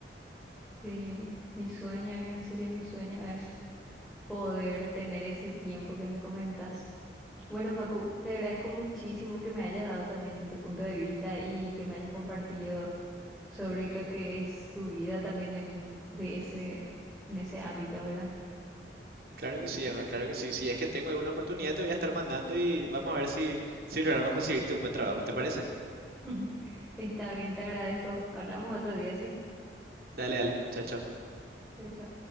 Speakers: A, in the centre; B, on the right.
A: Sí, mi sueño es, en serio, mi sueño es poder tener ese tiempo que me comentas. Bueno, Facu, te agradezco muchísimo que me hayas dado también tu punto de vista y que me hayas compartido sobre lo que es tu vida también en, de ese, en ese ámbito, ¿verdad?
B: Claro que sí, Alma, claro que sí. Si es que tengo alguna oportunidad, te voy a estar mandando y vamos a ver si, si logramos conseguirte un buen trabajo. ¿Te parece?
A: <laughs> Está bien, te agradezco. Hablamos otro día, ¿sí?
B: Dale, dale. Chao, chao.
A: Chao, chao.